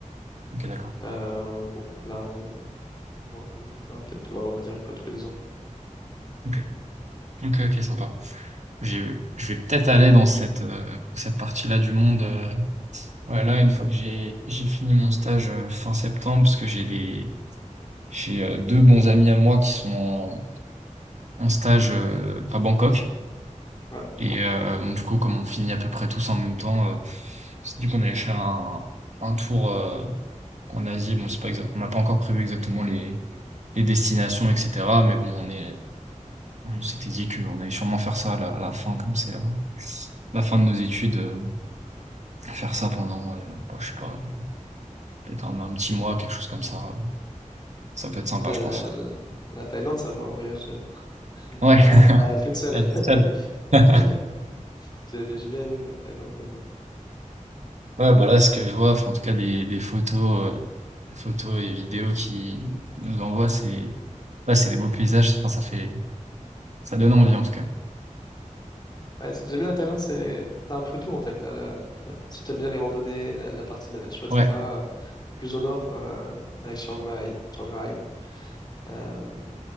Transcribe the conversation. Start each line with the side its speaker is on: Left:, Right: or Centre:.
Right: OK, d'accord.
Left: Euh, bon, là, on, on y va peut-être, tu on va dire une fois tous les deux ans.
Right: OK. OK, OK, sympa. Je je vais peut-être aller dans cette, heu, cette partie-là du monde, heu, ouais, là, une fois que j'ai j'ai fini mon stage, heu, fin septembre, parce que j'ai des j'ai, heu, 2 bons amis à moi qui sont en en stage, heu, à Bangkok.
Left: Ah,
Right: Et heu, donc du coup, comme on finit à peu près tous en même temps, heu, on dit qu'on allait faire un un tour, heu, en Asie. Bon, c'est pas exact on n'a pas encore prévu exactement les les destinations et cetera, mais bon, on est on s'était dit qu'on allait sûrement faire ça à la à la fin, comme c'est la la fin de nos études, heu, faire ça pendant, heu, bah, je sais pas, peut-être un un petit mois, quelque chose comme ça. Ça peut être sympa,
Left: la,
Right: je
Left: la-
Right: pense.
Left: la Thaïlande, ça vaut un voyage euh,
Right: Ouais,
Left: à, à elle toute seule.
Right: la vie seule. <laughs>
Left: <laughs> J'ai bien, j'ai bien aimé la Thaïlande.
Right: Ouais, bah, là, ce que je vois, enfin, en tout cas des des photos, heu, des photos et vidéos qui nous envoient, c'est Ouais, c'est des beaux paysages, enfin, ça fait, ça donne envie en tout cas.
Left: Ouais, c'est- j'aime bien la Thaïlande, c'est, t'as un peu tout en fait. T'as la, la- si t'aimes bien les randonnées, la, la partie nature, etc.
Right: Ouais,
Left: Plus au nord, euh, avec Chiang Mai, Chiang Rai. Euh,